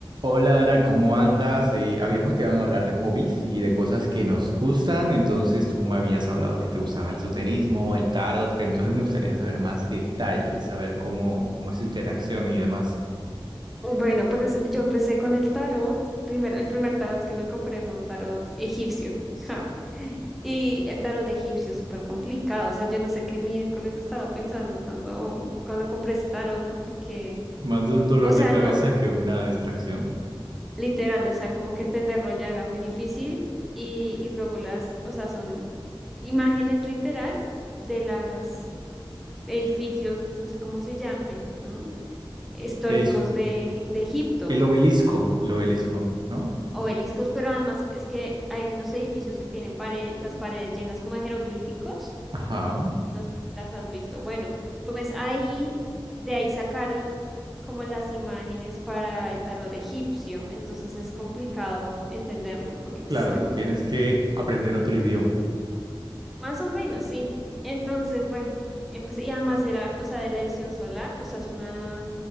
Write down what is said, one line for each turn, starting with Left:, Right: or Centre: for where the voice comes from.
Right: Hola Ana, ¿cómo andas? Eh, habíamos quedado en hablar de hobbies y de cosas que nos gustan, entonces tú me habías hablado que te gustaba el esoterismo, el tarot, pero entonces me gustaría saber más detalles, saber cómo, cómo es su interacción y demás.
Centre: Bueno, pues yo empecé con el tarot. Primer, el primer tarot que me compré fue un tarot egipcio. ja. Y el tarot egipcio es súper complicado. O sea, yo no sé qué miércoles estaba pensando cuando, cuando compré ese tarot, porque,
Right: Más de un dolor
Centre: o sea,
Right: de cabeza
Centre: no,
Right: que una distracción.
Centre: literal, o sea, como que entenderlo ya era muy difícil. Y, y luego las, o sea, son imágenes literal de las edificios, pues no sé cómo se llamen, ¿no? Históricos
Right: Es
Centre: de, de Egipto.
Right: el obelisco,
Centre: sí
Right: el obelisco, ¿no?
Centre: obeliscos, pero además es que hay unos edificios que tienen pare- las paredes llenas como de jeroglíficos.
Right: Ajá.
Centre: No sé si las has visto. Bueno, pues ahí, de ahí sacaron como las imágenes para el tarot egipcio. Entonces es complicado entenderlo porque pues
Right: Claro,
Centre: está
Right: tú
Centre: como
Right: tienes que
Centre: como-
Right: aprender otro idioma.
Centre: más o menos, sí. Entonces, bueno, empecé, y además era, o sea, de la edición solar, o sea, es una